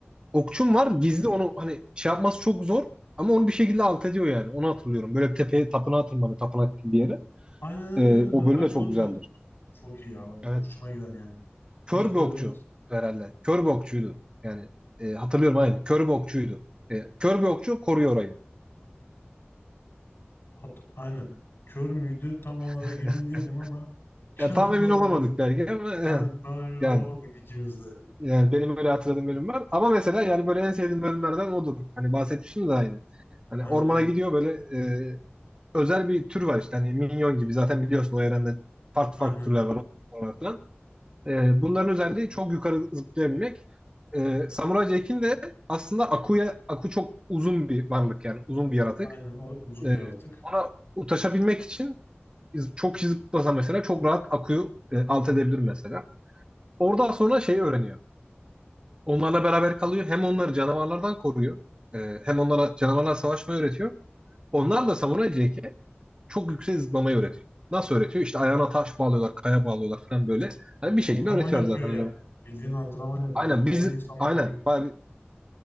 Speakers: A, on the right; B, on the left.
A: okçum var. Gizli onu hani şey yapması çok zor. Ama onu bir şekilde alt ediyor yani. Onu hatırlıyorum. Böyle bir tepeye tapınağa tırmanıyor. Tapınak gibi bir yere.
B: Aynen aynen.
A: E,
B: aynen.
A: o
B: Ben,
A: bölüm
B: ben
A: de çok
B: de onu
A: güzeldir.
B: diyordum. Çok iyi ya. Bak,
A: Evet.
B: çok hoşuma giden yani. İlk
A: Kör bir
B: böyle
A: okçu herhalde. Kör bir okçuydu. Yani e, hatırlıyorum aynı. Kör bir okçuydu. E, kör bir okçu koruyor orayı.
B: hat, aynen. Kör müydü? Tam olarak
A: <laughs>
B: emin değilim ama <laughs> kör
A: Ya tam
B: de
A: emin
B: olabilir.
A: olamadık belki ama
B: Aynen
A: <laughs>
B: tam emin
A: yani.
B: olamadık ikimiz de.
A: Yani benim öyle hatırladığım bölüm var. Ama mesela yani böyle en sevdiğim bölümlerden odur. Hani bahsetmiştim de aynı. Hani
B: Aynen
A: ormana
B: aynen.
A: gidiyor böyle e, özel bir tür var işte. Hani minyon gibi zaten biliyorsun o evrende farklı
B: Aynen.
A: farklı türler var. ormanlar Falan. E, bunların özelliği çok yukarı zıplayabilmek. E, Samurai Jack'in de aslında Aku'ya, Aku çok uzun bir varlık yani uzun bir yaratık.
B: Aynen. O uzun
A: E,
B: bir yaratık.
A: ona ulaşabilmek için iz- çok zıplasa mesela çok rahat Aku'yu e, alt edebilir mesela. Oradan sonra şeyi öğreniyor. Onlarla beraber kalıyor. Hem onları canavarlardan koruyor. Ee, hem onlara canavarlar savaşmayı öğretiyor. Onlar da Samuray Jack'e çok yüksek zıplamayı öğretiyor. Nasıl öğretiyor? İşte ayağına taş bağlıyorlar, kaya bağlıyorlar falan böyle. Hani bir şekilde
B: Antrenman
A: öğretiyor
B: yapıyor
A: zaten.
B: yani.
A: Hani o-
B: Bildiğin antrenman yapıyor.
A: aynen
B: Böyle Normal
A: biz
B: insanların
A: aynen
B: gibi.
A: bayağı bir,